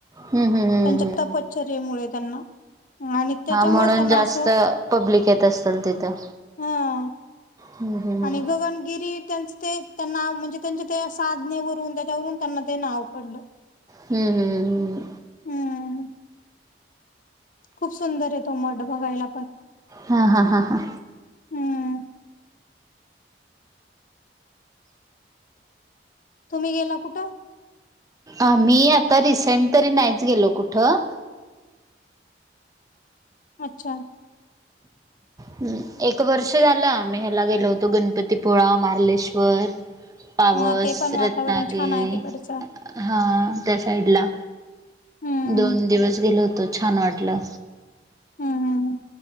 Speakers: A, on the right; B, on the left.
A: हम्म हम्म हम्म
B: त्यांच्या
A: हम्म.
B: तप चर्येमुळे त्यांना हा आणि त्यांच्यामुळे
A: म्हणून
B: त्याना
A: जास्त
B: असं
A: पब्लिक येत असेल तिथं.
B: हा-
A: हम्म हम्म
B: आणि गगनगिरी त्यांचे ते, त्यांना म्हणजे त्यांच्या ते साधनेवरून त्याच्यावरून त्यांना ते नाव पडलं.
A: हम्म हम्म हम्
B: हम्म खूप सुंदर होत मठ बघायला.
A: हा हा हा हा
B: हम्म तुम्ही गेला कुठं?
A: आम्ही आता रिसेंट तरी नाहीच गेलो कुठं.
B: अच्छा!
A: ह् एक वर्ष झालं आम्ही ह्याला गेलो होतो गणपतीपुळा, मारलेश्वर. पावस
B: ह ते पण वातावरण
A: रत्नागिरी
B: छान आहे तिकडचं
A: हा त्या साइडला.
B: हम्म
A: दोन दिवस गेलो होतो छान वाटलं.
B: हम् हम हम